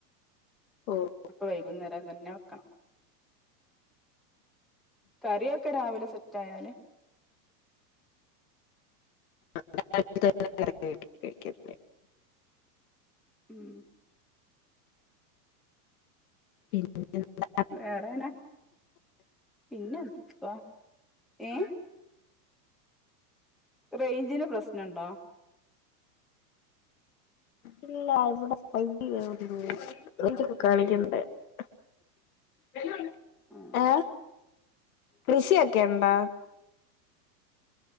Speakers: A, on the left (about 60°); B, in the centre.
A: ഓ
B: അപ്പ വൈകുന്നേരം തന്നെ വെക്കണം കറിയോക്കെ രാവിലെ സെറ്റായാല്
A: <unintelligible>
B: ഉം
A: പിന്നെന്താ
B: വേറെനാ പിന്നെന്താപ്പ ഏ റേഞ്ചിന് പ്രശ്നണ്ടോ
A: ഇല്ല <unintelligible> <unintelligible>
B: ആഹ്
A: ഏ കൃഷിയൊക്കെണ്ട്